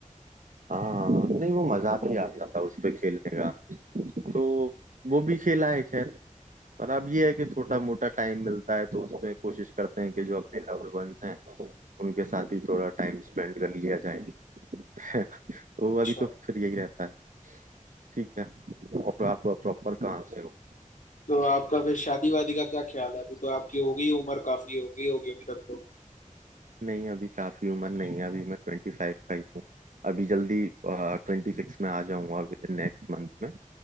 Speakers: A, on the right; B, on the left.
A: हाँ नहीं वो मजा भी आता था उस पे खेलने का तो वो भी खेला है खैर पर अब ये है कि थोड़ा मोटा टाइम मिलता है तो उसमें कोशिश करते हैं कि जो अपने लव्ड वंस हैं उनके साथ ही थोड़ा टाइम स्पेंड कर लिया जाए <laughs> तो
B: अच्छा
A: अभी तो फिर यही रहता है ठीक है और आप प्रॉपर कहाँ से हो
B: तो आपका फिर शादी वादी का क्या ख्याल है अभी तो आपकी हो गई उम्र काफी हो गई होगी अभी तक तो
A: नहीं अभी काफी उम्र नहीं है अभी मैं ट्वेंटी फाइव का ही हूँ अभी जल्दी ट्वेंटी सिक्स में आ जाऊंगा विद इन नेक्स्ट मंथ में